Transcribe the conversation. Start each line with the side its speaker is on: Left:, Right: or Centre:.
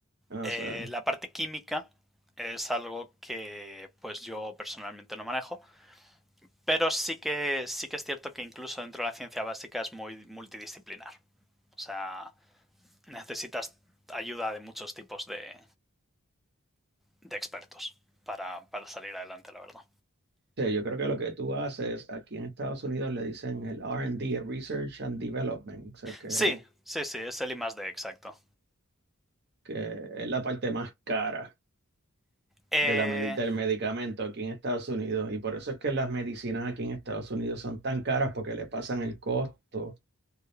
Right: Ah,
Centre: Eh,
Right: O sea,
Centre: la parte química es algo que pues yo personalmente no manejo, pero sí que, sí que es cierto que incluso dentro de la ciencia básica es muy multidisciplinar. O sea, necesitas ayuda de muchos tipos de, de expertos para, para, salir adelante, la verdad.
Right: sí, yo creo que lo que tú haces aquí en Estados Unidos le dicen el R and D el Research and Development, o sea, que,
Centre: Sí, sí, sí, es el I más D, exacto.
Right: que es la parte más cara.
Centre: Eh,
Right: De la, medi- del medicamento aquí en Estados Unidos y por eso es que las medicinas aquí en Estados Unidos son tan caras porque le pasan el costo